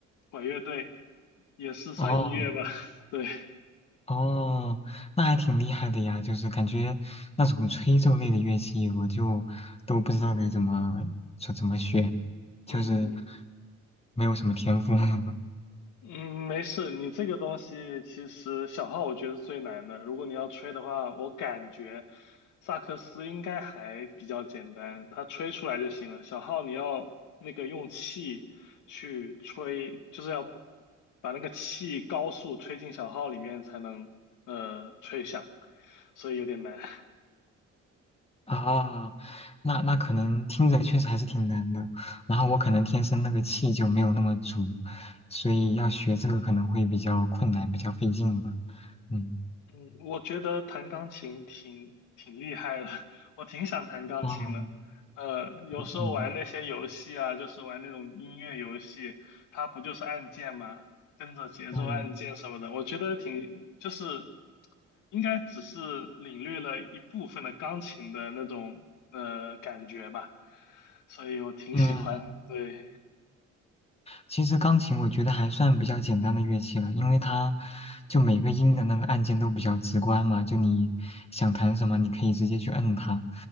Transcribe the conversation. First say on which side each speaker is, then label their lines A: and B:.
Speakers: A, on the left; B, on the left.
A: 管乐队也是算音乐吧？
B: 哦
A: <laughs> 对，
B: 哦，那还挺厉害的呀。就是感觉那种吹奏类的乐器，我就都不知道该怎么说怎么学，就是
A: 嗯。
B: 没有什么天赋。<laughs>
A: 嗯，没事，你这个东西其实小号我觉得是最难的。如果你要吹的话，我感觉萨克斯应该还比较简单，它吹出来就行了。小号你要那个用气去吹，就是要把那个气高速吹进小号里面才能呃吹响，所以有点难。<laughs>
B: 啊，那那可能听着确实还是挺难的。然后我可能天生那个气就没有那么足，所以要学这个可能会比较困难，比较费劲吧。嗯，
A: 嗯，我觉得弹钢琴挺挺厉害的，<laughs> 我挺想弹钢琴的。
B: 哦，
A: 呃，有时候玩那些游戏啊，
B: 你嗯
A: 就是玩那种音乐游戏，它不就是按键吗？跟着节奏按键什么的，
B: 嗯
A: 我觉得挺就是应该只是领略了一部分的钢琴的那种呃感觉吧，所以我挺喜欢。
B: 嗯，
A: 对，
B: 其实钢琴我觉得还算比较简单的乐器了，因为它就每个音的那个按键都比较直观嘛，就你想弹什么，你可以直接去摁它。